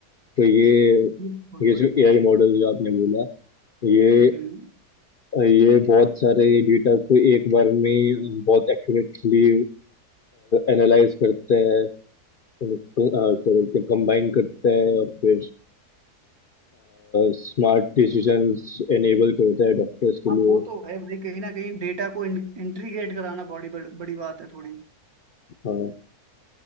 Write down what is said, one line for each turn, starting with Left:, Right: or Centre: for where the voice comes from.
Left: तो ये
Right: बिल्कुल
Left: ये
Right: भाई
Left: जो एआई मॉडल जो आपने बोला ये
Right: हम्म
Left: ये बहुत सारे डेटा को एक बार में ही बहुत एक्यूरेटली एनालाइज करते हैं क्या बोलते हैं कंबाइन करता है और फिर स्मार्ट डिसीजंस एनेबल करता है डॉक्टर्स के लिए
Right: हाँ वो तो है भाई कहीं ना कहीं डेटा को इंट्रीग्रेट कराना बड़ी बड़, बड़ी बात है थोड़ी
Left: हाँ